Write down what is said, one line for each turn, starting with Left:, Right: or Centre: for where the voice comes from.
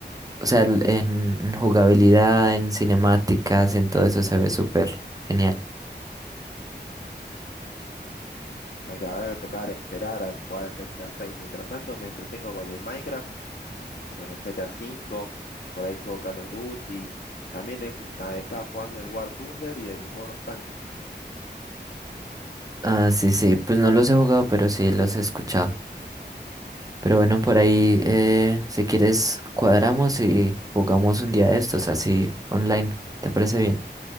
Right: O sea, el- en, en jugabilidad, en cinemáticas, en todo eso se ve súper genial.
Left: Mm, mm. Hay que, habrá que tocar esperar a jugar al GTA 6. Mientras tanto me entretengo con el Minecraft y con el GTA 5. Por ahí juego Call of Duty. También es- ta- estaba jugando el War Thunder y el World of Tanks.
Right: Ah, sí, sí, pues no los he jugado, pero sí los he escuchado. Pero bueno, por ahí, eh, si quieres, cuadramos y jugamos un día de estos, así online. ¿Te parece bien?